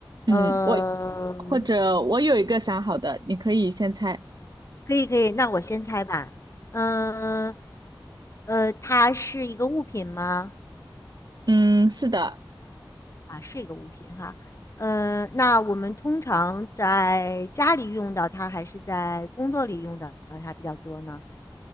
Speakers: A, on the right; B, on the left.
A: 嗯，
B: 嗯，
A: 我或者我有一个想好的，你可以先猜。
B: 可以，可以。那我先猜吧。嗯，呃，它是一个物品吗？
A: 嗯，是的。
B: 啊，是一个物品哈。嗯，那我们通常在家里用到它，还是在工作里用到它比较多呢？